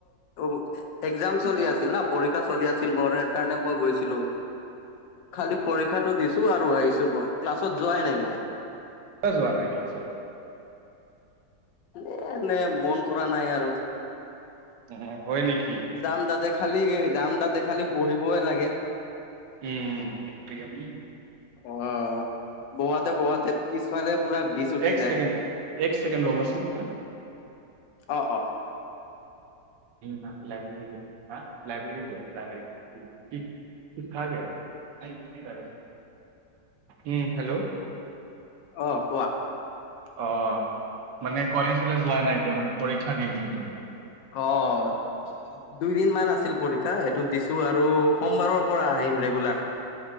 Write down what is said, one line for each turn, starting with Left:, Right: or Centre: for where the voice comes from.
Left: - একজাম
Right: কিয়
Left: চলি আছিল না, পৰীক্ষা চলি আছিল মোৰ সেই কাৰণে মই গৈছিলোঁ। খালি পৰীক্ষাটো দিছো আৰু আহিছো মই ক্লাছত যোৱাই নাই মই।
Right: কিয় যোৱা নাই ক্লাছত?
Left: এ এনে মন কৰা নাই আৰু
Right: অ হয় নেকি?
Left: যাম তাতে খালি যাম তাতে খালি বহিবই লাগে।
Right: উম উম।
Left: অ বোৱাতে-বোৱাতে পিছফালে পুৰা বিজ উঠি
Right: এক
Left: যায়।
Right: ছেকেণ্ড এক ছেকেণ্ড ৰবা চোন-
Left: অ অ
Right: না লাইব্ৰেৰি হা লাইব্ৰেৰি লাইব্ৰেৰী। কিছ খা গ নাইছ ন খে <unintelligible> উম হেল্ল'।
Left: অঁ কোৱা?
Right: অঁ মানে কলেজ-চলেজ যোৱা নাই এতিয়া মানে পৰীক্ষা দি আছিলে, তোৰ -
Left: অঁ দুইদিন মান আছিল পৰীক্ষা এইটো দিছো আৰু সোমবাৰৰ পৰা আহিম ৰেগুলাৰ।